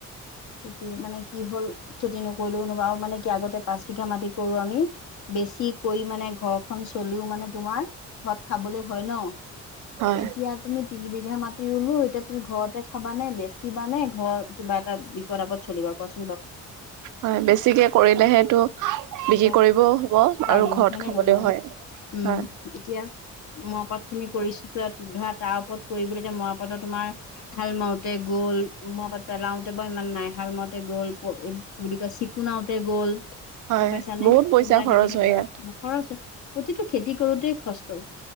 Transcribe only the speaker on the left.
সেইটোৱে মানে কি হ'ল খেতি নকৰিলেও বা মানে কি আগতে পাঁচ বিঘা মাটি কৰো আমি। বেছি কৈ মানে ঘৰখন চলিও মানে তোমাৰ। ঘৰত খাবলৈ হয় ন
এতিয়া তুমি তিনিবধ। দিয়া মাতি ৰুলো এতিয়া তুমি ঘৰতে খাবা নে বেচিবা নে ঘৰ কিবা এটা বিপদ -আপদ চলিবা কোৱা চোন।
অ
পাৰিম
হয় নে
নহয়
উম
এতিয়া। মৰাপাত খিনি কৰিছা ধৰা তাৰ ওপৰত কৰিবলৈ এতিয়া মৰাপাতো তোমাৰ ভাল মাউট তে গ'ল মৰা পাত পেলাওঁতে ইমান নাই হালমাওতে গ'ল প কি বুলি কয় চিকুনাওতে গ'ল।
গমপাইছা নে
সেইবিলাকেই পিনে
খৰচ
খৰচ প্ৰতিটো খেতি কৰোতে কষ্ট।